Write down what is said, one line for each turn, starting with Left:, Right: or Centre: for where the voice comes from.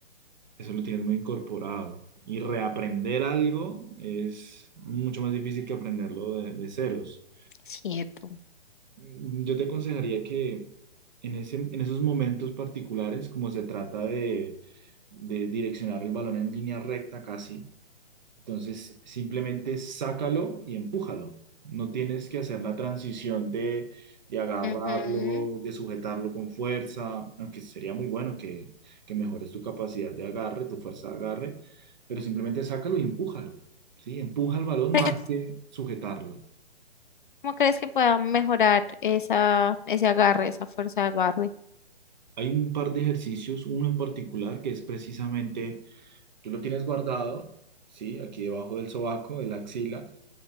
Right: eso lo tienes muy incorporado. Y reaprender algo es mucho más difícil que aprenderlo de, de ceros.
Left: Cierto.
Right: Yo te aconsejaría que en, ese, en esos momentos particulares, como se trata de, de direccionar el balón en línea recta casi, entonces, simplemente sácalo y empújalo. No tienes que hacer la transición de, de agarrarlo,
Left: Ujú.
Right: de sujetarlo con fuerza, aunque sería muy bueno que, que mejores tu capacidad de agarre, tu fuerza de agarre, pero simplemente sácalo y empújalo, ¿sí? Empuja el balón
Left: ¿Crees-
Right: más que sujetarlo.
Left: ¿Cómo crees que pueda mejorar esa, ese agarre, esa fuerza de agarre?
Right: Hay un par de ejercicios, uno en particular que es precisamente, tú lo tienes guardado, ¿sí? Aquí debajo del sobaco, de la axila,